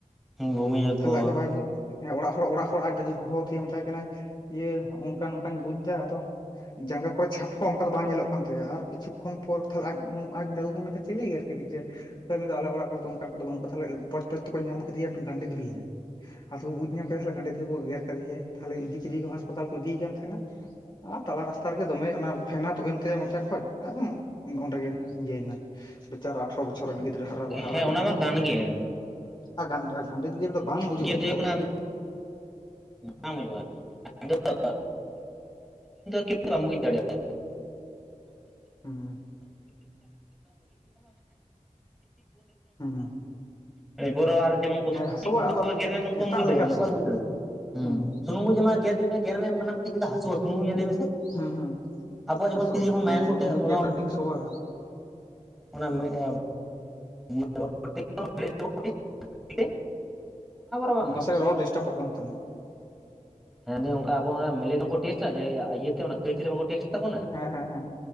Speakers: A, in the centre; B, on the left (about 35°).
A: ᱦᱩᱸ ᱵᱩᱢᱤᱭᱟᱠᱚ
B: ᱛᱟᱦᱚᱞᱮ ᱞᱟᱡ ᱦᱚᱸ ᱵᱷᱟᱭ ᱵᱩᱡ ᱦᱮᱸ ᱚᱲᱟᱜ ᱦᱚᱲ ᱚᱲᱟᱜ ᱦᱚᱲ ᱟᱡ ᱫᱟᱫᱩᱭ ᱦᱚᱦᱚ ᱟᱫᱮᱭᱟ ᱢᱮᱛᱟᱭ ᱠᱟᱱᱟᱭ ᱤᱭᱟᱹ ᱚᱱᱠᱟ ᱱᱚᱝᱠᱟᱧ ᱵᱩᱡ ᱮᱫᱟ ᱟᱫᱚ ᱡᱟᱸᱜᱟ ᱠᱚᱨᱮ ᱪᱷᱟᱯ ᱦᱚᱸ ᱚᱱᱠᱟ ᱫᱚ ᱵᱟᱝ ᱧᱮᱞᱚᱜ ᱠᱟᱱ ᱛᱟᱭᱟ ᱟᱨ ᱠᱤᱪᱷᱩ ᱠᱷᱚᱱ ᱯᱚᱨᱮ ᱟᱡ ᱫᱟᱫᱩ ᱫᱚ ᱢᱮᱱ ᱫᱟ ᱪᱤᱞᱤᱭ ᱜᱮᱨ ᱠᱤᱫᱤᱧ ᱪᱚᱭ ᱢᱮᱱ ᱫᱟ ᱟᱞᱮ ᱚᱲᱟᱜ ᱠᱚᱨᱮ ᱫᱚ ᱚᱱᱠᱟ ᱠᱚᱫᱚ ᱵᱟᱹᱱᱩᱜ ᱠᱚᱣᱟ ᱛᱟᱦᱚᱞᱮ ᱴᱚᱪ ᱴᱚᱪ ᱛᱮ ᱠᱚ ᱧᱟᱢ ᱠᱮᱫᱮᱭᱟ ᱜᱟᱱᱰᱮ ᱵᱤᱧ ᱾ ᱟᱫᱚ ᱵᱩᱡᱽ ᱧᱟᱢ ᱠᱮᱫᱟ ᱜᱟᱸᱰᱮ ᱛᱮᱠᱚ ᱜᱮᱨ ᱠᱮᱫᱮᱭᱟ ᱛᱟᱦᱚᱞᱮ ᱤᱫᱤ ᱠᱮᱫᱮ ᱠᱚ ᱦᱟᱥᱟᱛᱟᱞ ᱠᱚ ᱤᱫᱤᱭ ᱠᱟᱱ ᱛᱟᱦᱮᱸᱱᱟ ᱟᱨ ᱛᱟᱞᱟ ᱨᱟᱥᱛᱟ ᱨᱮᱜᱮ ᱫᱚᱢᱮ ᱚᱱᱟ ᱯᱷᱮᱱᱟ ᱛᱳᱜ ᱮᱱ ᱛᱮ ᱢᱚᱪᱟ ᱠᱷᱚᱡ ᱟᱨ ᱚᱸᱰᱮᱜᱮ ᱤᱭᱟᱹᱭᱱᱟ ᱾ ᱵᱮᱪᱟᱨᱟ ᱟᱴᱷᱨᱚ ᱵᱚᱪᱷᱚᱨ ᱨᱮᱱ ᱜᱤᱫᱽᱨᱟᱹ ᱦᱟᱨᱟ ᱦᱟᱨᱟ
A: ᱦᱮᱸ ᱚᱱᱟ
B: ᱜᱚᱫᱚᱜ
A: ᱢᱟ
B: ᱜᱤᱫᱽᱨᱟᱹ
A: ᱠᱟᱱ ᱜᱮ
B: ᱟᱨ ᱜᱟᱱ ᱜᱟᱱᱰᱮ ᱛᱮ ᱜᱮᱨ ᱫᱚ ᱵᱟᱝ ᱵᱩᱡᱩᱜ-ᱟ
A: ᱜᱮᱨ ᱫᱚ
B: ᱛᱚ
A: ᱦᱩᱭᱩᱜ
B: ᱾
A: ᱠᱟᱱᱟ ᱵᱟᱝ ᱵᱩᱡ-ᱟ ᱟᱫᱚ ᱫᱚ ᱪᱮᱫ ᱵᱟᱢ ᱵᱩᱡᱽ ᱫᱟᱲᱮᱭᱟᱜ-ᱟ
B: ᱦᱩᱸ ᱦᱩᱸ
A: <inaudible> <unintelligible> <unintelligible> <inaudible> ᱠᱚᱢ ᱵ
B: ᱦᱮᱸ ᱦᱟᱹᱥᱩᱣᱟ ᱟᱫᱚ
A: ᱫᱟᱲᱮᱭᱟᱜ
B: ᱮᱴᱟᱜ
A: ᱵ ᱫᱟᱲᱮᱭᱟᱜᱼᱟ
B: ᱞᱮᱠᱟ ᱫᱚ ᱵᱟᱝ
A: <inaudible>
B: ᱦᱩᱸ
A: ᱥᱩᱱᱢᱩᱢᱩᱪ ᱢᱟ ᱜᱮᱨ ᱠᱮᱜ ᱢᱮ ᱜᱮᱨ ᱢᱮᱟᱱᱢ ᱪᱮᱫ ᱞᱮᱠᱟ ᱦᱟᱹᱩ ᱦ ᱥᱩᱱᱩᱢ ᱢᱩᱪ ᱢᱮᱥᱮ <inaudible>
B: ᱦᱩᱸ ᱦᱩᱸ
A: ᱟᱵᱚᱣᱟᱜ
B: ᱦᱟᱥᱩ-ᱟ
A: ᱡᱚᱠᱷᱚᱱ ᱛᱤ ᱡᱚᱠᱷᱚᱱ
B: ᱦᱮᱸ
A: ᱢᱟᱭᱟᱝ
B: ᱥᱩᱱᱩᱢ
A: ᱠᱚᱴᱮ
B: ᱢᱩᱡ
A: ᱚᱱᱟ
B: ᱜᱮᱨ ᱫᱚ ᱟᱰᱤ ᱦᱟᱥᱳ-ᱟ᱾
A: ᱚᱱᱟ <unintelligible> <unintelligible> ᱵᱟᱝ
B: ᱱᱟᱥᱮᱭᱟᱜ
A: ᱦᱟᱹᱥᱩᱣᱟ
B: ᱨᱚᱲ ᱰᱤᱥᱴᱟᱵᱚᱜ ᱠᱟᱱ ᱛᱟᱢᱟ ᱾
A: ᱦᱮᱸ ᱱᱤᱭᱟᱹ ᱚᱱᱠᱟ ᱟᱵᱚ ᱚᱱᱟ ᱢᱮᱞᱮᱨᱤᱭᱟᱹ ᱠᱚ ᱴᱮᱥᱴ-ᱟ ᱡᱮ ᱤᱭᱟᱹ ᱛᱮ ᱚᱱᱟ ᱠᱟᱹᱡ ᱨᱮ ᱵᱟᱠᱚ ᱴᱮᱥᱴ-ᱟ᱾ ᱛᱟᱵᱚᱱᱟ
B: ᱦᱮᱸ ᱦᱮᱸ ᱦᱮᱸ